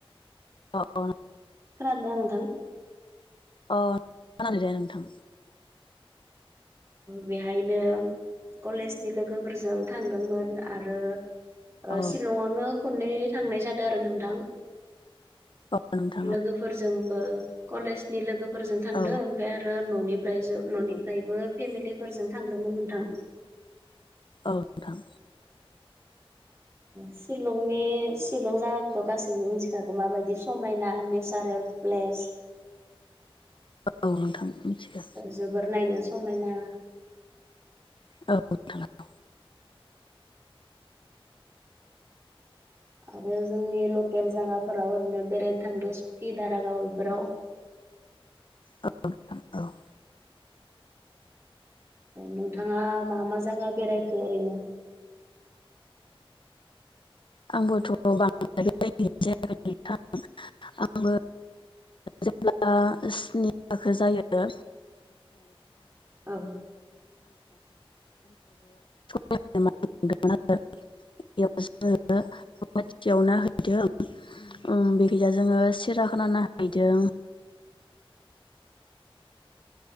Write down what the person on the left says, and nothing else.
अ अ।
अ खोनादों दे नोंथां।
औ
औ नोंथां
औ
औ
औ नोंथां।
औ नोंथां मिथियो।
औ। नोंथाङा
औ औ
आंबोथ' बांद्राय <unintelligible> आंबो। जेब्ला स्नि थाखो जायो। <inaudible>
<inaudible> उम बेखिजा जोङो सिराखाना नाहैदों